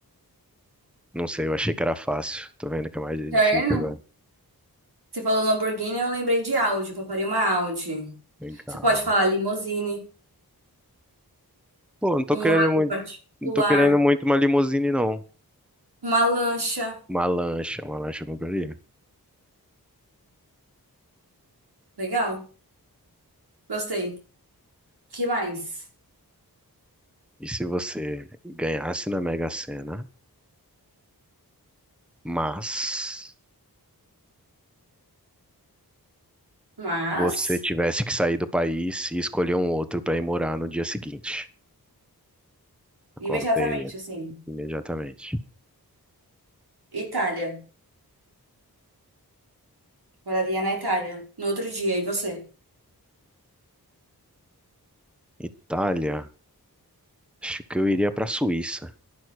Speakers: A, in the centre; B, on the right.
A: Não sei, eu achei que era fácil. Tô vendo que é mais
B: Tá
A: difícil
B: vendo?
A: agora.
B: Você falou Lamborghini, eu lembrei de Audi, comprei uma Audi.
A: Legal.
B: Você pode falar limousine,
A: Pô, não tô
B: um
A: querendo
B: lago
A: muito.
B: particular,
A: Não tô querendo muito uma limousine, não.
B: uma lancha.
A: Uma lancha, uma lancha eu compraria.
B: Legal? Gostei. Que mais?
A: E se você ganhasse na Mega Sena, mas
B: Mas,
A: você tivesse que sair do país e escolher um outro pra ir morar no dia seguinte? A
B: imediatamente,
A: qual você iria?
B: assim,
A: Imediatamente.
B: Itália. Moraria na Itália. No outro dia, e você?
A: Itália. Acho que eu iria para Suíça.